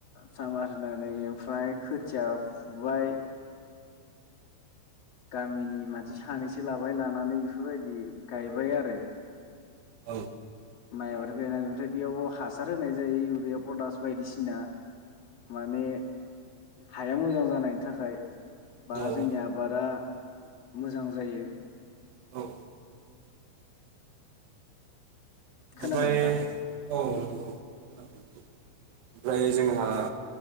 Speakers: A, on the left (about 85°); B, on the right (about 70°).
A: सामार। नानै। फ्राइ खोथिय फु फुबाय गामिनि मानसि सानैसो लाबाय लानानै बेफोरबायदि गायबाय आरो।
B: औ।
A: माइ हरखायना ओमफ्राय बेयाव हासार होनाय जायो इउरिया पटास बायदिसिना माने हाया मोजां जानायनि थाखाय। बा
B: औ औ
A: जोंनि आबादा मोजां जायो
B: औ औ ओमफ्राय
A: खोनादों नोंथां
B: औ ओमफ्राय जोंहा